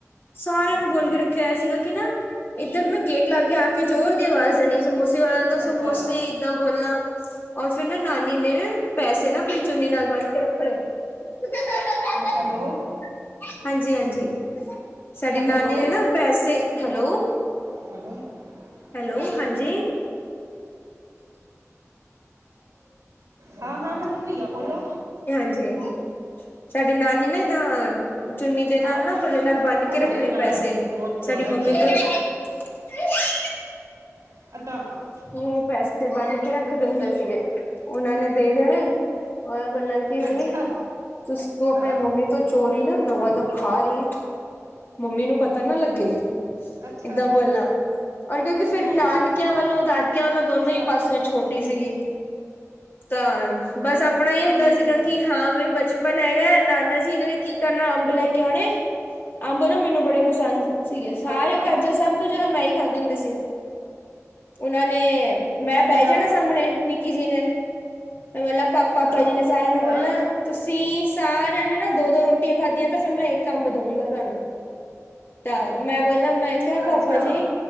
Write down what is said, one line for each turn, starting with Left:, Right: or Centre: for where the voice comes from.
Left: ਸਾਰਿਆਂ
Right: ਅੱਛਾ
Left: ਨੂੰ ਬੋਲ ਕੇ ਰੱਖ ਆ ਸੀਗਾ ਕਿ ਨਾ ਇੱਧਰ ਨਾ ਗੇਟ ਲਾਗ ਕੇ ਆ ਕੇ ਜ਼ੋਰ ਦੀ ਆਵਾਜ਼ ਦੇਣੀ ਮੂਸੇਵਾਲਾ ਤਾਂ ਸ
Right: ਅੱਛਾ
Left: ਮੋਸ ਏਦਾਂ ਬੋਲਣਾ ਔਰ ਫੇਰ ਨਾ ਨਾਨੀ ਨੇ ਪੈਸੇ ਨਾ ਆਪਣੇ ਚੁੰਨੀ ਨਾਲ ਬੰਣ ਕੇ ਰੱਖਣੇ। <unintelligible>
Right: ਹੈਲੋ
Left: ਹਾਂਜੀ ਹਾਂਜੀ ਸਾਡੀ
Right: ਹੈਲੋ
Left: ਨਾਨੀ ਨੇ ਨਾ ਪੈਸੇ ਹੈਲੋ
Right: ਹੈਲੋ
Left: ਹੈਲੋ
Right: ਸਤਿ ਸ਼੍ਰੀ
Left: ਹਾਂਜੀ
Right: ਅਕਾਲ ਹਾਂ ਹਾਂ ਮੈਂ ਤੁਣਈ ਆ ਬੋਲੋ
Left: ਜੀ ਸਾਡੀ ਨਾਨੀ ਨਾ ਇਦਾਂ ਚੁੰਨੀ ਦੇ ਨਾਲ
Right: ਹਾਂ
Left: ਨਾ
Right: ਸਤਿ
Left: ਫਲੇ ਨਾਲ ਬੰਨ ਕੇ
Right: ਹਾਂਜੀ
Left: ਰੱਖਣੇ
Right: ਸ਼੍ਰੀ ਅਕਾਲ
Left: ਪੈਸੇ
Right: ਉਹ
Left: ਸਾਡੀ
Right: ਤੁਹਾਡਾ
Left: ਮੰਮੀ
Right: ਕੀ ਹਾਲ
Left: ਤਾਂ
Right: ਹੈ
Left: <unintelligible>
Right: <unintelligible>
Left: ਉਹ ਪੈਸੇ ਬੰਨ ਕੇ ਰੱਖਦੇ ਹੁੰਦੇ ਸੀਗੇ, ਉਹਨਾਂ ਨੇ ਦੇ ਦੇਣੇ। ਉਹ ਬੋਲਾਂ ਕਿ ਬਈ,
Right: ਅੱਛਾ
Left: ਤੁਸ ਤੂੰ ਆਪਣੇ
Right: ਹਾਂ
Left: ਮੰਮੀ ਤੋਂ ਚੋਰੀ ਨਾ ਦਵਾ ਦਵ ਖਾ ਲਈ, ਮੰਮੀ ਨੂੰ ਪਤਾ ਨਾ ਲੱਗੇ।
Right: ਅੱਛਾ
Left: ਇੱਦਾਂ ਬੋਲਣਾ, ਔਰ ਕਿਉਂਕਿ ਫੇਰ
Right: ਹੂੰ
Left: ਨਾਨਕੀਆਂ ਵੱਲੋਂ, ਦਾਦਕੀਆਂ ਵੱਲੋਂ ਦੋਨੋ
Right: ਅੱਛਾ
Left: ਹੀ ਪਾਸੋ ਛੋਟੀ ਸੀਗੀ, ਤਾਂ ਬਸ ਆਪਣਾ ਹੀ ਹੁੰਦਾ
Right: ਹੂੰ
Left: ਸੀਗਾ
Right: ਹੂੰ
Left: ਕਿ ਹਾਂ ਵੀ ਬਚਪਨ ਮੈਨ ਹੈਗਾ ਨਾਨਾ ਜੀ ਇਹਨਾਂ ਨੇ ਕੀ ਕਰਨਾ ਅੰਬ ਲੈ ਕੇ ਆਉਣੇ ਅੰਬ ਨਾ ਮੈਨੂੰ ਬੜੇ ਪਸੰਦ ਸੀਗੇ ਸਾਰੇ
Right: ਹਾਂ ਹਾਂ
Left: ਘਰ ਚ ਸਭ ਤੋਂ ਜਿਆਦਾ ਮੈਂ ਖਾਂਦੇ ਹੁੰਦੇ ਸੀ ਉਹਨਾਂ ਨੇ ਮੈਂ
Right: ਅੱਛਾ
Left: ਬਹਿ ਜਾਣਾ ਸਾਹਮਣੇ ਨਿੱਕੀ ਜੀ ਨੇ ਮਤਲਬ ਪ ਪਾਪਾ
Right: ਹਾਂ
Left: ਜੀ ਨੇ ਸਾਰਿਆਂ ਨੂੰ
Right: ਹਾਂ
Left: ਬੋਲਣਾ ਤੁਸੀਂ ਸਾਰਿਆਂ ਨੇ ਨਾ ਦੋ ਦੋ ਰੋਟੀਆਂ ਖਾਧੀਆਂ ਤੇ ਫੇਰ ਮੈਂ ਇੱਕ ਕੰਬ ਦਊਂਗਾ ਤੁਹਾਨੂੰ ਤਾਂ ਮੈਂ ਬੋਲਾਂ ਮੈਂ ਕਿਹਾ ਪਾਪਾ
Right: ਅੱਛਾ
Left: ਜੀ